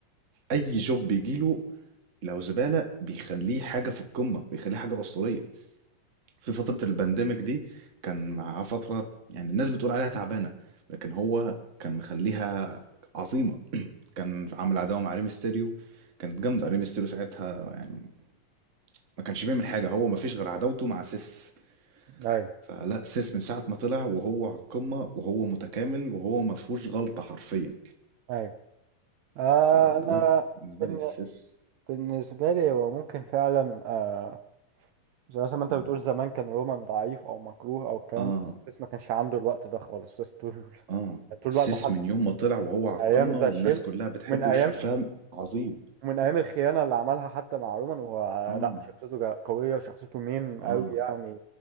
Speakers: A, on the right; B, on the right.
A: اي جوب بيجي له لو زبالة بيخليه حاجة في القمة بيخليه حاجة أسطورية في فترة البانديميك دي كان معاه فترة يعني الناس بتقول عليها تعبانة لكن هو كان مخليها عظيمة <clears throat> كان عامل عداوة مع ريم ستيريو كانت جامدة ريم ستيريو ساعتها يعني ما كانش بيعمل حاجة هو ما فيش غير عداوته مع سيس
B: أيوه
A: فلا سيس من ساعة ما طلع وهو على القمة وهو متكامل وهو ما فيهوش غلطة حرفيا
B: أيوه آه
A: فلا
B: أنا
A: بالنسبة
B: بن-
A: لي سيس
B: بالنسبة لي هو ممكن فعلا آه زي مثلا ما أنت
A: مم.
B: بتقول زمان كان رومان ضعيف أو مكروه أو الكلام
A: اه
B: ده بس ما كانش عنده الوقت ده خالص بس طول <laughs>
A: اه
B: طول الوقت
A: سيس
B: حتى
A: من يوم ما طلع وهو على القمة
B: أيام ذا
A: والناس
B: شيلد
A: كلها بتحبه
B: ومن أيام
A: وشايفاه عظيم
B: ومن ايام الخيانه اللي عملها حتى مع رومان وهو
A: اه
B: لا شخصيته جا- قويه شخصيته مين
A: اه
B: قوي يعني